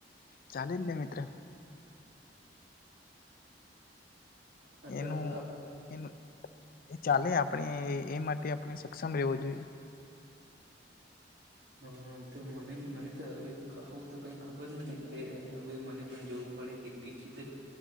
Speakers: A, on the left; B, on the right.
A: ચાલે જ ને મિત્ર.
B: આ તો
A: એનું
B: આ
A: એનું એ ચાલે આપણે એ એ માટે આપણે સક્ષમ રહેવું જોઈએ.
B: હા તો મને મને તો હવે આવું તો કઈ ખબર નહી એટલે હવે મને પણ જોવું પડે કે ડિજિટલ